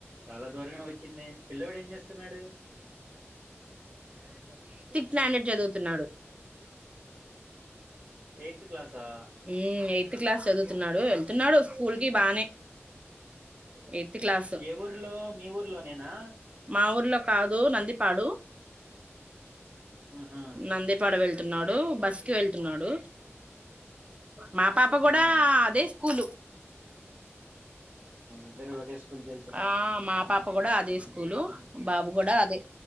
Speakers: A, on the right (about 50°); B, on the right (about 25°).
A: చాలా దూరమే వచ్చింది పిల్లోడు ఏం చేస్తున్నాడు
B: ప్లానెట్ జదువుతున్నాడు
A: ఎయిత్ క్లాసా
B: హ్మ్ ఎయిత్ క్లాస్ చదువుతున్నాడు వెళ్తున్నాడు కూల్ కి బానే ఇ తి క్లాసు
A: ఏ ఊర్లో మీ ఊర్లోనేనా
B: మా ఊర్లో కాదు నందిపాడు
A: ఆహా
B: నందిపాడు వెళ్ వెతున్నాడు బస్ కి వెళ్తున్నాడు మా పాప కూడా
A: ఉమ్
B: అదే స్కూ లు
A: ఇద్దరు ఒకే స్కూల్ వెల్
B: ఆ మా పాప కూడా అదే స్కూలు బాబు కూడా అదే